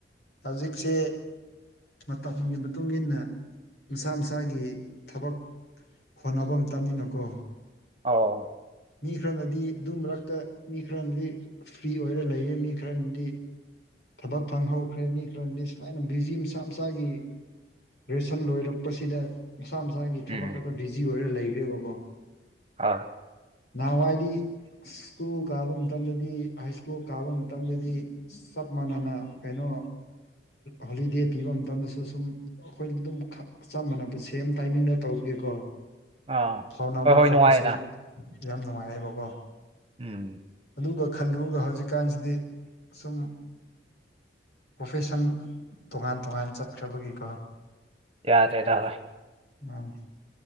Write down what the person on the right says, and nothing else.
ꯑꯥꯎ
ꯎꯝ
ꯍꯣꯏ
ꯑꯥꯏ
ꯑꯥ
ꯍꯣꯏ ꯍꯣꯏ
ꯅꯨꯡꯉꯥꯏꯅ
ꯎꯝ
ꯌꯥꯗ꯭ꯔꯦꯗ ꯍꯣꯏ